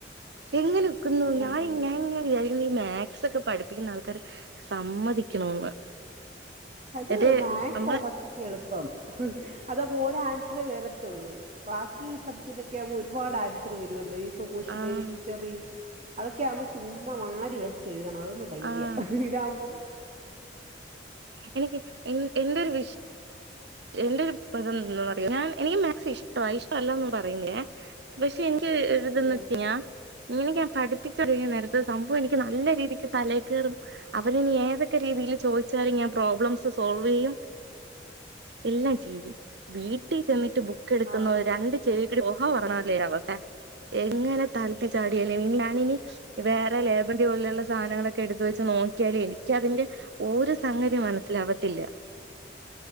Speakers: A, on the right; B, on the right.
A: എങ്ങനൊക്കുന്നു ഞാന്
B: ആഹ്
A: ഞാൻ ഇങ്ങനെ വിചാരിക്കും ഈ മാത്സൊക്കെ പഠ് പ്പിക്കുന്ന ആൾക്കര് സമ്മതിക്കണോന്ന്
B: അത്
A: ഇത്
B: മാക്സ
A: നമ്മള്
B: സത്യത്തി എളുപ്പം. അതപ്പോ ഓരോ ആൻസറേ വരത്തോളൂ ബാക്കി സബ്ജക്റ്റൊക്കെ ആകുമ്പോ ഒരുപാട് ആൻസറ് വരുവല്ലോ? സോഷ്യൽ
A: ആഹ്
B: ഹിസ്റ്ററി അതൊക്കെ ആവുമ്പോ ചുമ്മ വാരി വലിച്ച് എഴുതണം അതൊന്നന്ന് വയ്യ.
A: ആഹ്
B: ഇതാവുമ്പോ
A: എനിക്ക് എ എന്തൊരു വിഷ എന്റെ <unintelligible> ഞാൻ എനിക്ക് മാക്സ് ഇഷ്ട ഇഷ്ടല്ലന്ന് പറയുന്നില്ലേ പക്ഷെ എ ക്ക് ഒര്ത്ന്ന്
B: ഉം
A: <unintelligible> ഇങ്ങനെക്ക ഞാൻ പഠിപ്പിച്ച തരണ നേരത്ത സംഭവം എനിക്ക് നല്ല രീതിക്ക് തലേ കേറും അവര്നി ഏതൊക്കെ രീ തില് ചോദിച്ചാ ഞാ പ്രോബ്ലംസ് സോൾവെയ്യും എല്ലാം ചെയ്യും വീട്ടിൽ ചെന്നിട്ട് ബുക്ക് എടുക്കുന്ന
B: ആഹ്
A: രണ്ട് ചെറിയ ഓ ഒറങ്ങ ക്ലിയറ പക്ഷെ എങ്ങനെ തലത്തി ചാടിയല്ലേ ഞാനിനി വേറെ ലേബറിൻഡിയ പോലുള്ള സാധനങ്ങളൊക്കെ എടുത്ത് വെച്ച് നോ ക്കിയാലും എനിക്ക് അതിന്റെ ഒരു സംഗതിയും മനസ്സിലാവത്തില്ല.